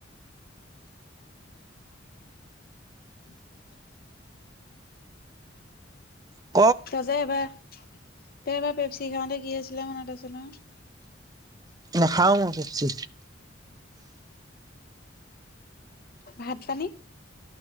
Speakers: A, on the left (about 50°); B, on the right (about 20°).
A: <inaudible>
B: উহ
A: তই যে এইবাৰ তই এবাৰ পেপচি খাওঁতে কি আছিলে মনত আছে নহ।
B: নাখাওঁ মই পেপচি
A: ভাত পানি